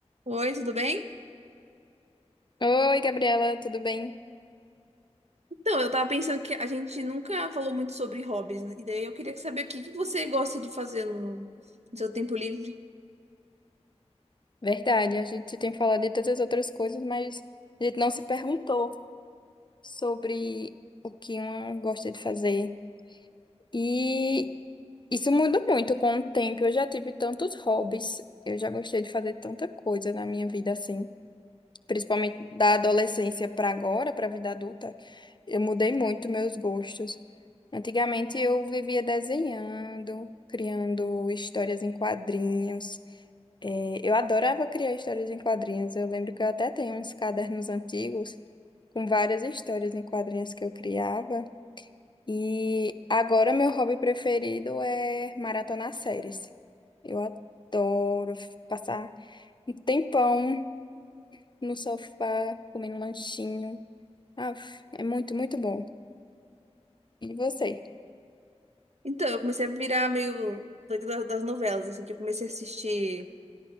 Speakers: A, on the right (about 70°); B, on the left (about 40°).
A: Oi, tudo bem?
B: Oi, Gabriela, tudo bem?
A: Então, eu tava pensando que a gente nunca falou muito sobre hobbies, né? E daí eu queria saber o que que você gosta de fazer no, no seu tempo livre.
B: Verdade, a gente tem falado de tantas outras coisas, mas a gente não se perguntou sobre o que uma gosta de fazer. E isso muda muito com o tempo. Eu já tive tantos hobbies, eu já gostei de fazer tanta coisa na minha vida assim, principalmente da adolescência para agora, para a vida adulta. Eu mudei muito meus gostos. Antigamente eu vivia desenhando, criando histórias em quadrinhos. É, eu adorava criar histórias em quadrinhos. Eu lembro que eu até tenho uns cadernos antigos com várias histórias em quadrinhos que eu criava. E agora meu hobby preferido é maratonar séries. Eu adoro f- passar um tempão no sofá, comendo um lanchinho. Ah, é muito, muito bom. E você?
A: Então, eu comecei a virar meio doida da- das novelas, assim, que eu comecei a assistir